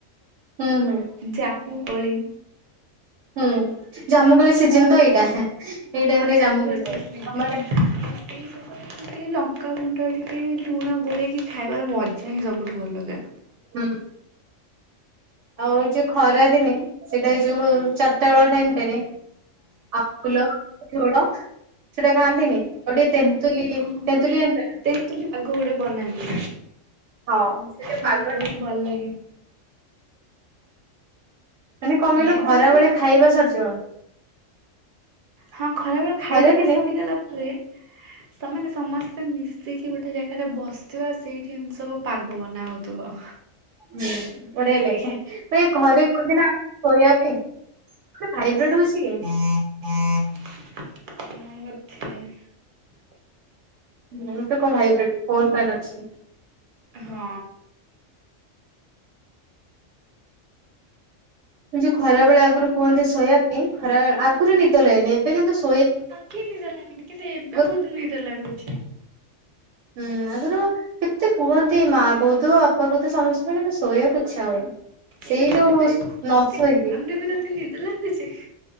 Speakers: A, on the right; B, on the right.
A: ହୁଁ ହୁଁ।
B: ଜାମୁକୋଳି
A: ହୁଁ ଜାମୁକୋଳି ସିଜନ ତ ଏଇଟା ଏଇ
B: ହଁ
A: ଟାଇମରେ
B: ଜାମୁ
A: ଜାମୁକୋଳି
B: କୋଳି
A: ଥାଏ
B: ସିଜିନ
A: ତମ
B: ଏଇଟା।
A: ଆଡ଼େ
B: <inaudible> ଟିକେ ଲଙ୍କାଗୁଣ୍ଡ ଟିକେ ଲୁଣ ଗୋଳେଇକି ଖାଇବାର ମଜା ହିଁ ସବୁଠୁ ଭଲ ଅଲଗା।
A: ହୁଁ। ଆଉ ଏଇ ଯୋଉ ଖରା ଦିନେ ସେଇଟା ଯୋଉ ଚାରିଟା ବେଳ ଟାଇମ ସେଥିରେ ଆମ୍ବୁଲ ଝୋଳ ସେଟା ଖାଆନ୍ତିନି ଆଉ ଟିକେ ତେନ୍ତୁଲି
B: ହଁ।
A: ତେନ୍ତୁଲି ଜାଣିଚ ନା?
B: ତେନ୍ତୁଲି ଆଗ ଗୋଡେ ବନାନ୍ତି
A: ହଁ ସେ ଯୋଉ
B: ବହୁତ
A: ପାଗ
B: ଭଲ ଲାଗେ।
A: ମାନେ କଣ କହିଲୁ
B: ଏବେ
A: ଖରାବେଳେ
B: କଣ
A: ଖାଇବା ସରିଯିବ।
B: ହଁ ଖରା ବେଳେ ଖାଇବା
A: ଖରା
B: ଟା
A: ଦିନେ
B: ସରିଗଲା ପରେ। ସେମାନେ ସମସ୍ତେ ମିଶିକି ଗୋଟେ ଜାଗାରେ ବସିଥିବ ଆଉ ସେଇଠି ଏମିତି ସବୁ ପାଗ ବନା ହଉଥିବ।
A: ହୁଁ ବଢିଆ ଲାଗେ ମୁ ଏ ଘରେ କୁହନ୍ତିି ନା ଶୋଇବା ପାଇଁ। ଭାଇବ୍ରେଡ ହଉଛି କି?
B: ହଁ ବଧେ।
A: ହୁଁ ମୁଁ <unintelligible> ପାଇଁ ଅଛି।
B: ହଁ।
A: ଯୋଉ ଖରା ବେଳେ ଆଗରୁ କୁହନ୍ତି ଶୋଇବା ପାଇଁ ଖରା ଆଗରୁ ନିଦ ଲାଗନି ଏବେ କିନ୍ତୁ ଶୁ
B: ଆଖି ନିଦ ଲାଗନି କିନ୍ତୁ ଏବେ
A: ଆଗରୁ
B: ବହୁତ ନିଦ ଲାଗୁଛି।
A: ହୁଁ ଆଗୁରୁ। କେତେ କୁହନ୍ତି ମା କହୁଥୁବ ବାପା କହୁଥିବେ ସମସ୍ତ କିନ୍ତୁ ଶୋଇବାକୁ ଇଚ୍ଛା ହଉନି।
B: ଏବେ
A: ସେଇ
B: କହୁଛନ୍ତି
A: ଯୋଉ ନ
B: ଆରେ ଏତେ
A: ଶୁଇକି
B: ଗରମରେ
A: ମ
B: ବି ତତେ ନିଦ ଲାଗୁଛି।